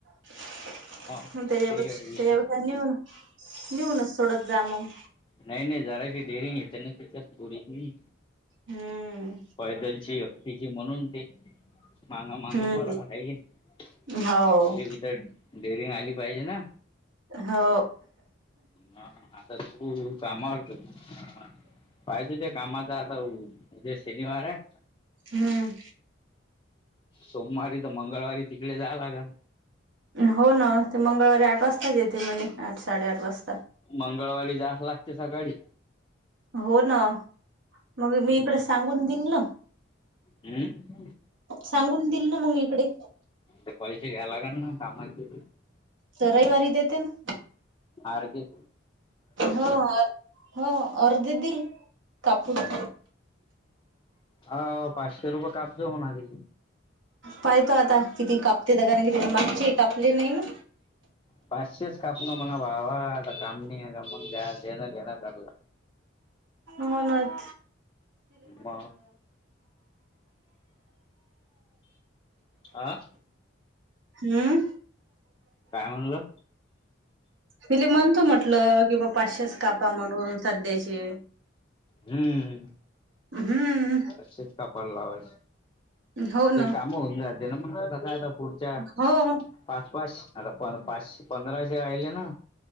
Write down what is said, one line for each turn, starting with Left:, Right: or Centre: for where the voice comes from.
Right: त्याच्यापेक्ष
Left: ह ते विषय
Right: त्याच्यापेक्ष नऊन लऊनच सोडत जा मग
Left: नाही, नाही जरा की डेरी त्याच्या पोरीची
Right: हम्म
Left: पैदलची व्यक्तीची म्हणून ते मांगा, मांग
Right: हम्म
Left: बर आहे भ
Right: हो
Left: तरर डेअरंग आली पाहिजे ना
Right: हो
Left: ह आता तू कामावर जात पाहिजे ते कामाच आताे शनिवार आहे
Right: हम्म
Left: सोमवारी तर मंगळवारी तिकडे जाला ग
Right: हो ना ते मंगळवारी आठ वाजताच येते म्हणे आठ साडेआठ वाजता
Left: मंगळवारी जाच लागते सकाळी
Right: हो ना मग मी
Left: हम्म
Right: इकडे सांगून दिल ना
Left: हम्म
Right: सांगून दिल ना मग इकडे
Left: पैसे घ्यायला का ना कामाचे
Right: तर रविवारी देते ना
Left: अर्गेत
Right: हो, हो अर्धे दिल कापुन
Left: हाव पाचशे रुपये कापतो म्हणाली
Right: पाहि तो आता किती कापते द कारण किती मगछ कापले नाही ना
Left: पाचशेच कापण म्हणा बावा आता कामणी का म्ह घ देणं घेणं कला
Right: हो नच
Left: म आ
Right: हम्य
Left: काय म्हणलं
Right: तिले म्हणतो म्हटल किं बा पाचशेच कापा म्हणून सध्याचे
Left: हम्म
Right: हम्म
Left: तच कपाल लावा
Right: हो
Left: ते
Right: ना
Left: काम होऊन जाचे ना मग कसा आता पुढच्या
Right: हो हो
Left: पाच, पाच आता प पाचशे पंधराशे राहिले ना